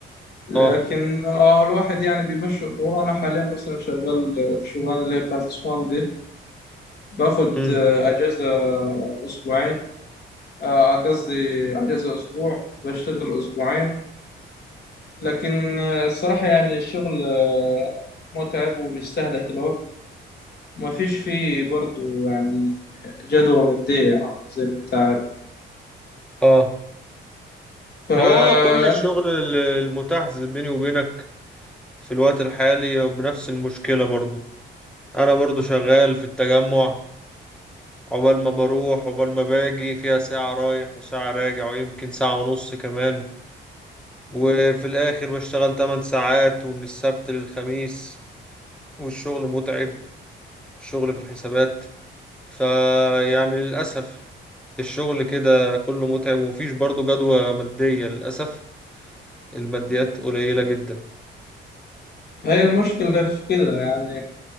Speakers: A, on the left; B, in the centre.
A: لكن
B: اه
A: اه الواحد يعني بيمشي اموره انا حاليا مثلا شغال في الشغلانه اللي هي بتاعت اسوان دي باخد
B: امم
A: اجازه اسبوعين آه، قصدي اجازه اسبوع بشتغل اسبوعين لكن آه، الصراحه يعني الشغل آه، متعب وبيستهلك الوقت ما فيش فيه برضو يعني جدوى مادية يعني، زي ما انت عارف
B: اه
A: فانت
B: هو كل الشغل ال- المتاح ز- بيني وبينك في الوقت الحالي بنفس المشكلة برضو انا برضو شغال في التجمع عقبال ما بروح عقبال ما باجي فيها ساعة رايح وساعة راجع ويمكن ساعة ونص كمان وفي الاخر بشتغل 8 ساعات ومن السبت للخميس والشغل متعب الشغل في الحسابات فيعني للأسف الشغل كده كله متعب ومفيش برضه جدوى مادية للأسف الماديات قليلة جدا
A: هي المشكلة في كده يعني